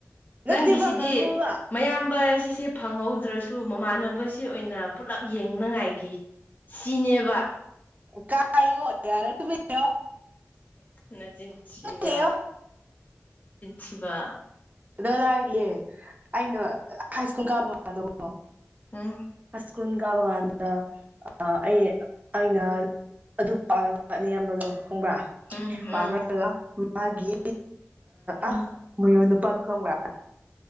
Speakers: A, on the right (about 30°); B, on the left (about 35°).
A: ꯅꯠꯇꯦꯕ
B: ꯅꯪꯒꯤꯁꯤꯗꯤ
A: ꯉꯥꯏꯈꯣꯕ
B: ꯃꯌꯥꯝ ꯁꯦ ꯐꯪꯍꯧꯗ꯭ꯔꯁꯨ ꯃꯃꯥꯟꯅꯕꯁꯤ ꯑꯣꯏꯅ ꯄꯨꯂꯞ ꯌꯦꯡꯅꯉꯥꯏꯒꯤ ꯁꯤꯅꯦꯕ
A: ꯀꯥꯏꯥꯏꯒꯣ ꯌꯥꯔꯦ ꯇꯨꯃꯤꯣ
B: ꯅ ꯆꯤꯁꯤꯕ
A: ꯂꯩꯌꯣ
B: ꯁꯤꯕ
A: ꯑꯗ ꯂꯥꯛꯏꯔꯤꯌꯦꯦ ꯑꯩꯅ ꯍꯥꯏ ꯁ꯭ꯀꯨꯜ ꯀꯥꯕ ꯉꯥꯟꯗꯀꯣ
B: ꯑ
A: ꯭ ꯀꯨꯟ ꯀꯥꯟꯗ ꯑꯩ ꯑꯩꯅ ꯑꯗꯨ ꯄꯥ ꯑꯌꯥꯝꯕꯗꯣ ꯐꯪꯕ꯭ꯔ
B: ꯎꯝ
A: ꯄꯥꯝꯅꯔꯒ
B: ꯎꯝ
A: ꯃꯥꯒꯤ
B: ꯎꯝ
A: ꯑ ꯃꯌꯣꯟ ꯅꯨ ꯄꯔꯈꯕ